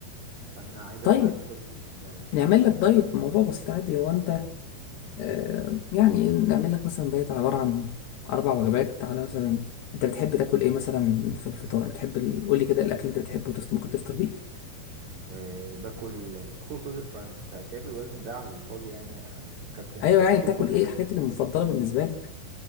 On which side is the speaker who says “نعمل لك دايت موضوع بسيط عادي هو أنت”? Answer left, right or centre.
Left